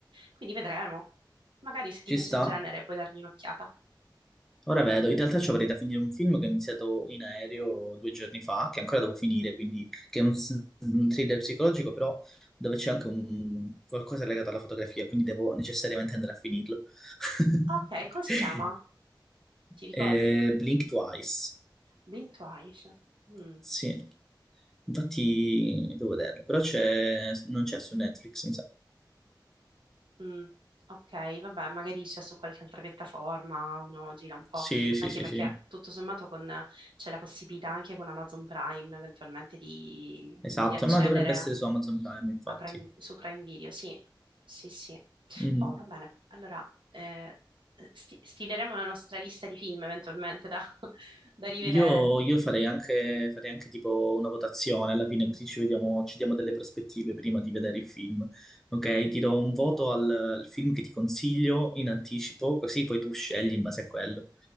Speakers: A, on the right; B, in the centre.
A: Quindi vedremo. Magari se ti
B: ci
A: piace
B: sta.
A: il genere puoi dargli un'occhiata.
B: Ora vedo, in realtà ci avrei da finire un film che ho iniziato in aereo due giorni fa, che ancora devo finire, quindi che è un, s- un thriller psicologico, però dove c'è anche un, qualcosa legato alla fotografia, quindi devo necessariamente andare a finirlo. <laughs>
A: Ok, come si chiama? Ti ricordi?
B: Eh, Blink Twice,
A: Blind Twice. Mm.
B: sì. Infatti devo vederlo, però c'è, non c'è su Netflix, mi sa.
A: Mm, ok, vabbè, magari c'è su qualche altra piattaforma, uno gira un po',
B: Sì, sì,
A: anche
B: sì,
A: perché
B: sì,
A: tutto sommato con- c'è la possibilità anche con Amazon Prime eventualmente di,
B: esatto,
A: di accedere
B: ma dovrebbe essere su Amazon Prime, infatti.
A: a Prime- su Prime Video, sì, sì, sì.
B: Mhm.
A: Oh, va bene, allora eh, sti- stileremo la nostra lista di film eventualmente da, <laughs> da rivedere.
B: Io, io farei anche, farei anche tipo una votazione alla fine, così ci vediamo, ci diamo delle prospettive prima di vedere il film. Ok, ti do un voto al, al film che ti consiglio in anticipo, così poi tu scegli in base a quello.